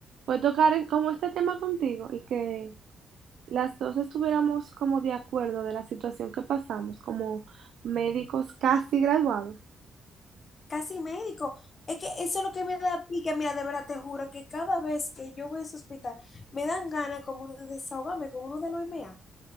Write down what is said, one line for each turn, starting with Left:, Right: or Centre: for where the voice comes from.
Right: fue tocar como este tema contigo y que las dos estuviéramos como de acuerdo de la situación que pasamos, como médicos casi graduados.
Left: Casi médico. Es que eso es lo que me da pique. Mira, de verdad te juro que cada vez que yo voy a ese hospital, me dan ganas como de desahogarme con uno de los MA.